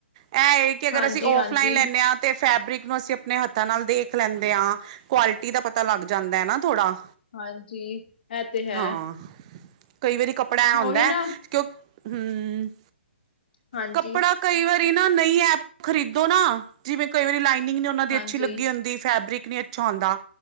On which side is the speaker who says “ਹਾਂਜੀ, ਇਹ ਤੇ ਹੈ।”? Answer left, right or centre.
Left